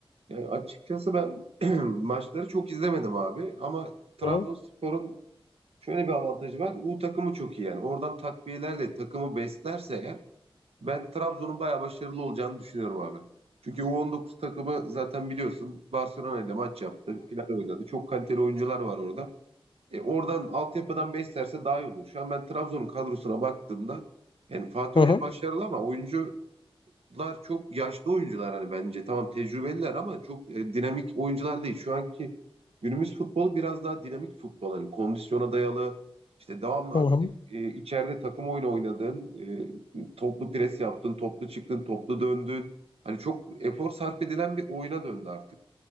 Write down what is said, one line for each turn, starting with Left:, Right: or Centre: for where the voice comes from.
Right: Yani açıkçası ben <clears throat> maçları çok izlemedim abi ama Trabzonspor'un
Left: Hı hı.
Right: Şöyle bir avantajı var. U takımı çok iyi yani. Oradan takviyelerle takımı beslerse eğer ben Trabzon'un bayağı başarılı olacağını düşünüyorum abi. Çünkü U19 takımı zaten biliyorsun Barcelona ile maç yaptı. Final oynadı. Çok kaliteli oyuncular var orada. E, oradan altyapıdan beslerse daha iyi olur. Şu an ben Trabzon'un kadrosuna baktığımda yani Fatih
Left: Hı
Right: Hoca
Left: hı.
Right: başarılı ama oyuncu Lar çok yaşlı oyuncular hani bence. Tamam tecrübeliler ama çok e, dinamik oyuncular değil. Şu anki günümüz futbolu biraz daha dinamik futbol. Hani kondisyona dayalı, işte devamlı
Left: Hı
Right: aktif
Left: hı.
Right: e, içeride takım oyunu oynadın, e, toplu pres yaptın, toplu çıktın, toplu döndün. Hani çok efor sarf edilen bir oyuna döndü artık.